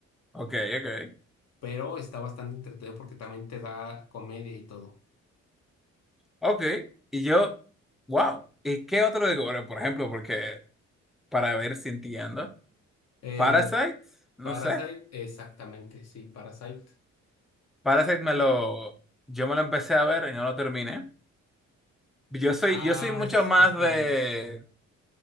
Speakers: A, in the centre; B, on the left (about 60°).
A: Ok, ok,
B: pero está bastante entretenido porque también te da comedia y todo.
A: ok. Y yo, wow. ¿Y qué otro de gore, por ejemplo? Porque para ver si entiendo.
B: Eh,
A: Parasite, no
B: Parasite,
A: sé.
B: exactamente, sí, Parasite.
A: Parasite me lo, yo me lo empecé a ver y no lo terminé. Yo soy,
B: Ah,
A: yo soy mucho
B: es,
A: más
B: es
A: de
B: bueno.